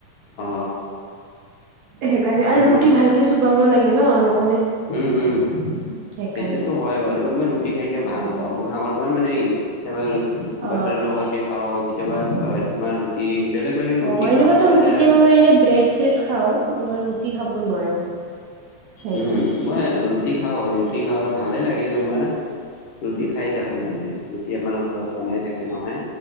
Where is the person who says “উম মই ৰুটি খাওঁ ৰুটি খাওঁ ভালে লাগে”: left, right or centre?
Left